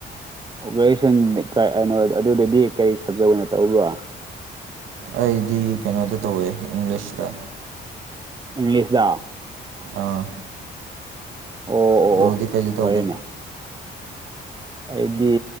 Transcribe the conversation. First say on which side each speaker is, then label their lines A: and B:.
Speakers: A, on the right; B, on the right.
A: ꯑꯣ ꯒ꯭ꯔꯦꯖ꯭ꯋꯦꯁꯟ <unintelligible> ꯑꯗꯨꯗꯗꯤ ꯀꯔꯤ ꯁꯞꯖꯦꯛ ꯑꯣꯏꯅ ꯇꯧꯕ꯭ꯔ
B: ꯑꯩꯗꯤ ꯀꯩꯅꯣꯗ ꯇꯧꯋꯦ ꯏꯪꯂꯤꯁꯇ
A: ꯏꯪꯂꯤꯁꯂꯥ
B: ꯑꯥ
A: ꯑꯣ ꯑꯣ
B: ꯕ꯭ꯔꯣꯗꯤ
A: ꯑꯣ
B: ꯀꯩꯗ
A: ꯐꯔꯦꯅꯦ
B: ꯇꯧꯒꯦ
A: ꯑꯩꯗꯤ